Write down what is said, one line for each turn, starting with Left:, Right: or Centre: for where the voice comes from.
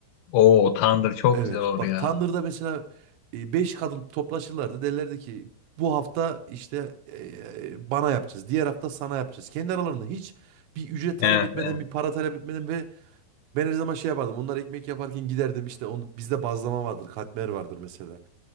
Left: Oo tandır çok
Right: Evet.
Left: güzel olur
Right: Bak
Left: ya.
Right: tandırda mesela e, beş kadın toplaşırlardı. Derlerdi ki bu hafta işte e, bana yapacağız. Diğer hafta sana yapacağız. Kendi aralarında hiç bir ücret talep
Left: Evet,
Right: etmeden,
Left: evet.
Right: bir para talep etmeden ve ben her zaman şey yapardım. Onlar ekmek yaparken giderdim işte onu bizde bazlama vardır, katmer vardır mesela.